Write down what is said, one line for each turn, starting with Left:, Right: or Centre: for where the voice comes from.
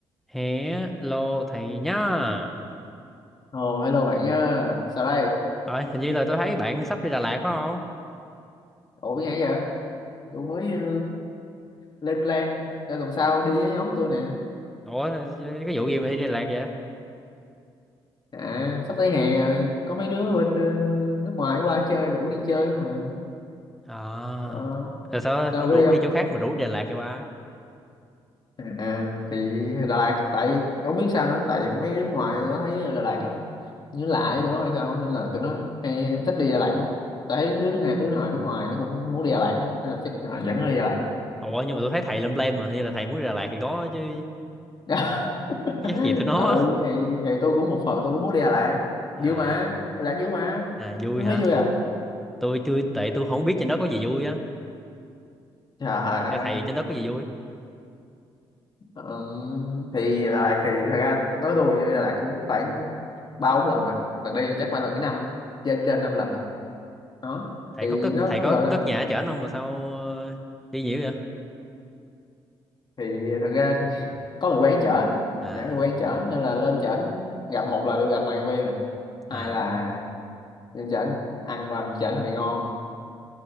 Centre: Hello thầy nhá.
Left: Ồ, hello bạn nha. Sao đây?
Centre: Rồi, hình như là tôi thấy bạn sắp đi Đà Lạt phải không?
Left: Ủa biết hay vậy? Tôi mới ờ, lên plan cho tuần sau đi với nhóm tôi nè.
Centre: Ủa, cái vụ gì mà đi Đà Lạt vậy?
Left: À, sắp tới hè rồi, có mấy đứa bên ờ, nước ngoài qua chơi rủ đi chơi mà.
Centre: À,
Left: Ờ,
Centre: rồi sao
Left: sao
Centre: không
Left: có
Centre: đủ
Left: đi không?
Centre: đi chỗ khác mà đủ đi Đà Lạt kìa ba?
Left: À, à, thì Đà Lạt tại không biết sao nữa, tại mấy nước ngoài tôi thấy Đà Lạt nó như lạ với tụi nó hay sao á, nên là tụi nó hay thích đi Đà Lạt lắm. Tại thấy đứa nước ngoài, đứa ngoài nước ngoài nó cũng muốn đi Đà Lạt hết, á, nên là chắc là dẫn nó đi Đà Lạt.
Centre: Ủa, nhưng mà tôi thấy thầy lên plan mà, hình như là thầy muốn đi Đà Lạt thì có chứ,
Left: <laughs> <laughs>
Centre: chắc gì tụi nó.
Left: ừ thì thì tôi cũng một phần tôi cũng muốn đi Đà Lạt vui
Centre: À,
Left: mà Đà Lạt vui mà
Centre: à
Left: nó
Centre: vui hả?
Left: thấy vui à
Centre: Tôi chưa, tại tôi không biết trên đó có gì vui á.
Left: trời
Centre: Th-
Left: ơi
Centre: Theo thầy trên đó có gì vui?
Left: Ừm, thì Đà Lạt thì thật ra nói tôi đi Đà Lạt cũng khoảng ba bốn lần rồi lần đi chắc phải lần thứ năm trên trên năm lần rồi đó
Centre: Thầy
Left: thì
Centre: có cất,
Left: nó
Centre: thầy
Left: nó
Centre: có
Left: gọi
Centre: cất
Left: là
Centre: nhà ở trển không mà sao ờ, đi nhiều vậy?
Left: thì thật ra thì <laughs> có người quen chởnh những
Centre: À,
Left: người quen chởnh nên là lên chởnh gặp một là được gặp người quen nè hai
Centre: à,
Left: là lên chởnh ăn đoàn chởnh hơi bị ngon